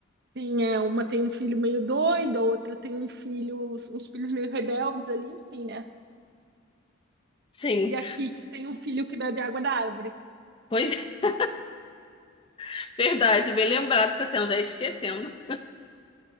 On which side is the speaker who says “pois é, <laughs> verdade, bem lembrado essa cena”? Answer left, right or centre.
Left